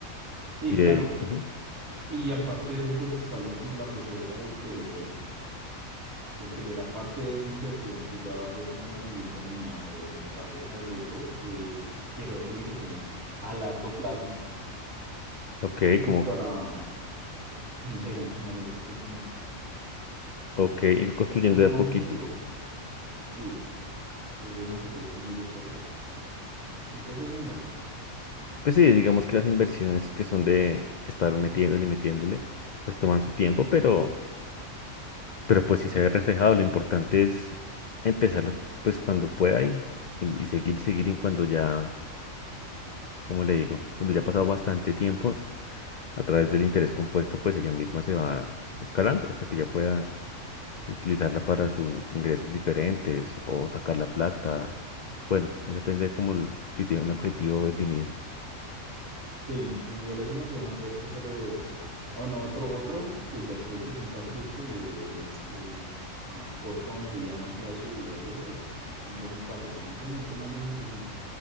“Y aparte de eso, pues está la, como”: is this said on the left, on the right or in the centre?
Right